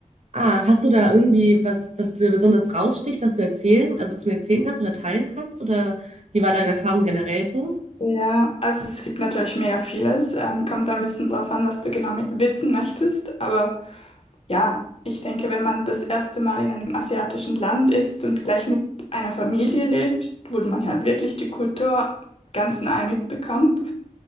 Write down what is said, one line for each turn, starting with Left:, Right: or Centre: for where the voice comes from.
Right: Ah, hast du da irgendwie was, was dir besonders raussticht, was du erzählen, also was du mir erzählen kannst oder teilen kannst? Oder wie war deine Erfahrung generell so?
Left: Ja, also es gibt natürlich mega vieles. Ähm, kommt ein bisschen drauf an, was du genau mi- wissen möchtest. Aber ja, ich denke, wenn man das erste Mal in einem asiatischen Land ist und gleich mit einer Familie lebt, wo man halt wirklich die Kultur ganz nahe mitbekommt,